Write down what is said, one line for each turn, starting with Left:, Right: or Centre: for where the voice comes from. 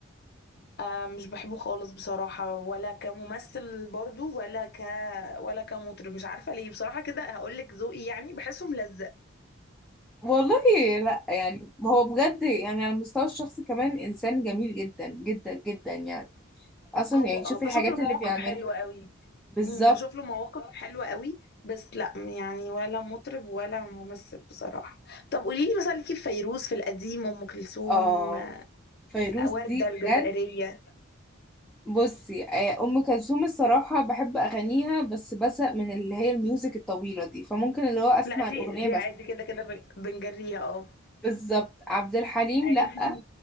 Left: آه مش بحبه خالص بصراحة ولا كممثل برضو ولا ك ولا كمطرب مش عارفة ليه بصراحة كده هقولك ذوقي يعني بحسه ملزق
Centre: والله لا يعني هو بجد يعني على المستوى الشخصي كمان انسان جميل جدا جدا جدا يعني اصلا
Left: هو
Centre: يعني
Left: اه
Centre: شوفي
Left: بشوف
Centre: الحاجات
Left: له مواقف
Centre: اللي بيعملها
Left: حلوة قوي
Centre: بالظبط
Left: أمم، بشوف له مواقف حلوة قوي بس لا يعني ولا مطرب ولا ممثل بصراحة طب قوليلي مثلا ليكي في فيروز في القديم أم كلثوم
Centre: اه فيروز
Left: آه، وردة
Centre: دي بجد
Left: الجزائرية
Centre: بصي آه، ام كلثوم الصراحه بحب اغانيها بس بزهق من اللي هي الميوزك الطويله دي فممكن اللي هو اسمع
Left: لا دي
Centre: الاغنيه
Left: دي
Centre: بس
Left: عادي كده كده بن- بنجريها اه
Centre: بالظبط عبد الحليم
Left: ايوه
Centre: لا
Left: <laughs>